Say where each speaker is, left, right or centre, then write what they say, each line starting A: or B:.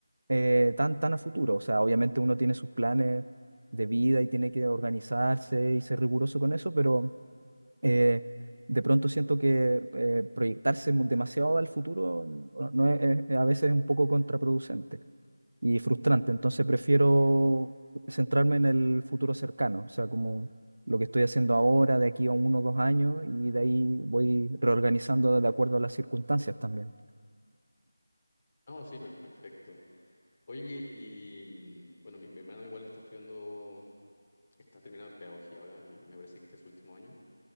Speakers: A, on the right (about 55°); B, on the left (about 15°).
A: eh, tan, tan a futuro. O sea, obviamente uno tiene sus planes de vida y tiene que organizarse y ser riguroso con eso, pero eh, de pronto siento que eh, proyectarse mu- demasiado al futuro no no es, es- a veces es un poco contraproducente y frustrante. Entonces prefiero centrarme en el futuro cercano, o sea, como lo que estoy haciendo ahora, de aquí a uno o dos años, y de ahí voy reorganizando de acuerdo a las circunstancias también.
B: No, sí, per- perfecto. Oye, y mm, bueno, mi, mi hermano igual está estudiando, está terminando pedagogía ahora, y me parece que este es su último año.